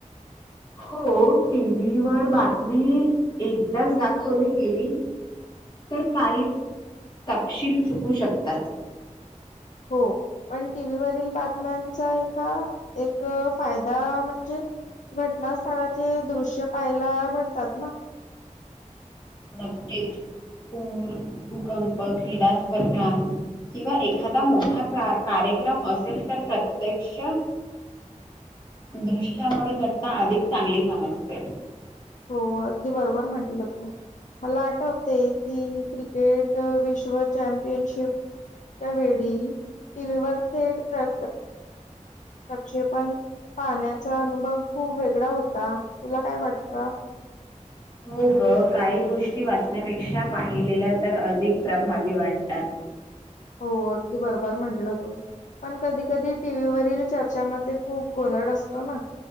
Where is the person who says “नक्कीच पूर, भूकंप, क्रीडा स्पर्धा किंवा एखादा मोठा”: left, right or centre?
Left